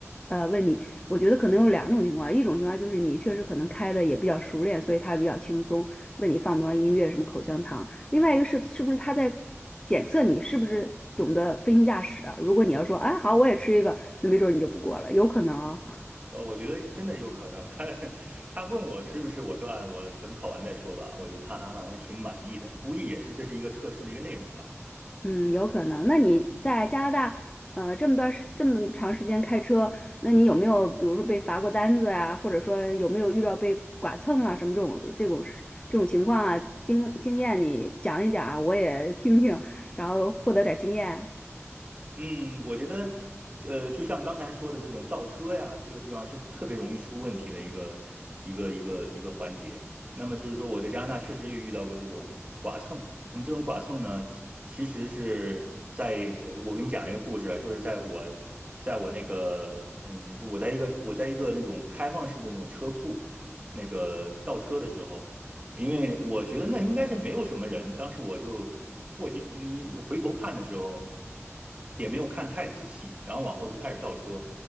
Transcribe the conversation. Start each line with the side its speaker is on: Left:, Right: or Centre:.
Left: 呃，问你，我觉得可能有两种情况，一种情况就是你确实可能开的也比较熟练，所以他比较轻松，问你放不放音乐，什么口香糖；另外一个是是不是他在检测你是不是懂得飞行驾驶啊？如果你要说，哎，好，我也吃一个，那没准儿你就不过了，有可能哦
Right: 呃，我觉得真的有可能。<laughs> 他他问我是不是，我说啊，我等考完再说吧。我觉得他还还挺满意的，估计也是这是一个测试的一个内容吧。
Left: 嗯，有可能。那你在加拿大，呃，这么段时这么长时间开车，那你有没有，比如说被罚过单子啊，或者说有没有遇到被剐蹭啊，什么这种这种事这种情况啊？经经验你讲一讲啊我也听听，然后获得点儿经验。
Right: 嗯，我觉得，呃，就像刚才说的这种倒车呀，这个地方是特别容易出问题的一个一个一个一个环节。那么就是说，我在加拿大确实也遇到过这种剐蹭。那么这种剐蹭呢，其其实是在呃我给你讲一个故事啊，就是在我在我那个嗯，我在一个我在一个那种开放式的那种车库那个倒车的时候，因为我觉得那应该是没有什么人。当时我就过去，你回头看的时候，也没有看太仔细，然后往后就开始倒车。